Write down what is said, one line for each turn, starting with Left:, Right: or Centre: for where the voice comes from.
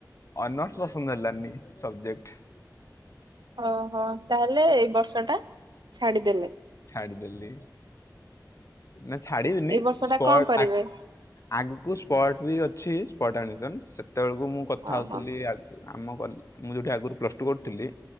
Left: ଅନର୍ସ ପସନ୍ଦ ହେଲାନି ସବଜେକ୍ଟ।
Right: ଓହୋ ତାହେଲେ ଏଇ ବର୍ଷ ଟା ଛାଡିଦେଲେ।
Left: ଛାଡିଦେଲି ନା ଛାଡିବିନିପଗ
Right: ଏଇ ବର୍ଷ ଟା କଣ କରିବେ?
Left: ଆଗକୁ ସ୍ପଟ ବି ଅଛି ସ୍ପଟ ଆଡମିସନ ସେତେବେଳକୁ ମୁଁ କଥା
Right: ଓହୋ
Left: ହଉଥିଲି। ଆମ ମୁଁ ଯୋଉଠି ଆଗରୁ ପ୍ଲସ ଟୁ କରିଥିଲି